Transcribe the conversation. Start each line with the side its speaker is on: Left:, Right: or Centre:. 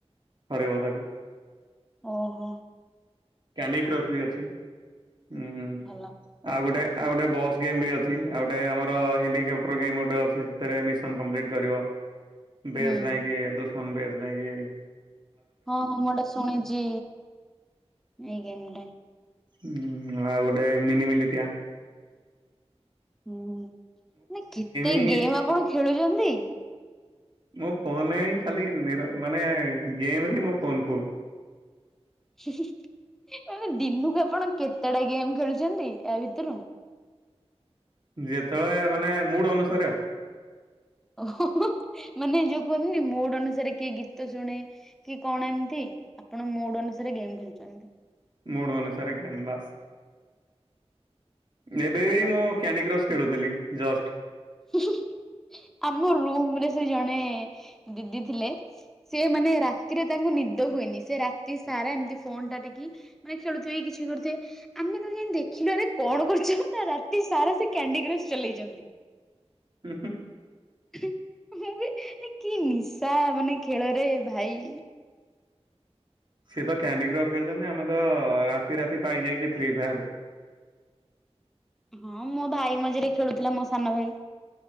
Right: ହରେଇବ ତାକୁ।
Centre: ଓହୋ।
Right: କ୍ୟାଣ୍ଡି କ୍ରକ ବି ଅଛି। ଉଁ
Centre: ଭଲ
Right: ଆଉ ଗୋଟେ ଆଉ ଗୋଟେ ବସ୍ ଗେମ୍ ବି ଅଛି। ଆଉ ଗୋଟେ ଆମର ହେଲିକାପ୍ଟର ଗେମ୍ ଗୋଟେ ଅଛି ସେଥିରେ ମିଶନ କମ୍ପ୍ଲିଟ୍ କରିବ। ବେଚ
Centre: ହୁଁ
Right: ନାଇଁ କି ଦୁଶମନ ବେଚ ନାଇଁ କି।
Centre: ହଁ ହଁ ମୁଁ ଏଟା ଶୁଣିଛି ଏଇ ଗେମ ଟା।
Right: ଉଁ ଆଉ ଗୋଟେ ମିନିମିଲିଟିଆ।
Centre: ହୁଁ ନା କେତେ
Right: ହିଁ
Centre: ଗେମ୍ ଆପଣ ଖେଳୁଚନ୍ତି?
Right: ମୋ ଫୋନ ରେ ହିଁ ଖାଲି ମେର୍ ମାନେ ଗେମରେ ହିଁ ମୋ ଫୋନ୍ ଫୁଲ୍।
Centre: ହି-ହି-ହି। ମାନେ ଦିନୁକୁ ଆପଣ କେତେ ଟା ଗେମ୍ ଖେଳୁଚନ୍ତି ଆ ଭିତୁରୁ?
Right: ଯେତେବେଳେ ମାନେ ମୁଡ ଅନୁସାରେ ଆଉ।
Centre: ଓଃହୋ ହୋ। ମାନେ ଯୋଉ କୁହନ୍ତିନି ମୁଡ ଅନୁସାରେ କିଏ ଗୀତ ଶୁଣେ କି କଣ ଏମିତି ଆପଣ ମୁଡ ଅନ ସାରେ ଗେମ୍ ଖେଳୁଚନ୍ତି।
Right: ମୁଡ ଅନୁସାରେ ଗେମ୍ ବାସ୍। ଏବେ
Centre: ଭଲ
Right: ବି ମୁଁ କ୍ୟାଣ୍ଡି କ୍ରସ୍ ଖେଳୁଥିଲି ଜଷ୍ଟ।
Centre: ହି ହି ଆମ ରୁମରେ ସେ ଜଣେ ଦିଦି ଥିଲେ। ସିଏ ମାନେ ରାତିରେ ତାଙ୍କୁ ନିଦ ହୁଏନି ସେ ରାତି ସାରା ଏମିତି ଫୋନ୍ ଟା ଟିକି ମାନେ ଖେଳୁଥିବେ। କି ଛି କରୁଥିବେ। ଆମେ ତ ଯେନତି ଦେଖିଲୁରେ କଣ କରୁଛ? ନା ରାତି ସାରା ସେ କ୍ୟାଣ୍ଡି କ୍ରସ ଚଲେଇଛନ୍ତି।
Right: ହୁ ହୁ।
Centre: କି ନିଶା ମାନେ ଖେଳରେ ଭାଇ
Right: ସେ ତ କ୍ୟାଣ୍ଡି କ୍ରସ ଖେଳୁଛନ୍ତି। ଆମେ ତ ରାତି ରାତି ପାହିଯାଇଛେ ଫ୍ରି ଫାୟାରରେ
Centre: ହଁ ମୋ ଭାଇ ମଝିରେ ଖେଳୁଥିଲା ମୋ ସାନ ଭାଇ